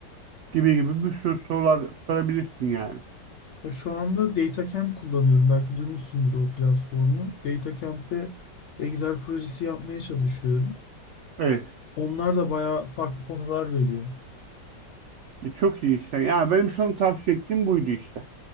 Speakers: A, on the right; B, on the left.
A: gibi gibi bir sürü sorular sorabilirsin yani.
B: Ya şu anda DataCamp kullanıyorum. Belki duymuşsundur o platformu. DataCamp'te Excel projesi yapmaya çalışıyorum.
A: Evet.
B: Onlar da bayağı farklı konular veriyor.
A: E, çok iyi işte. Yani benim sana tavsiye ettiğim buydu işte.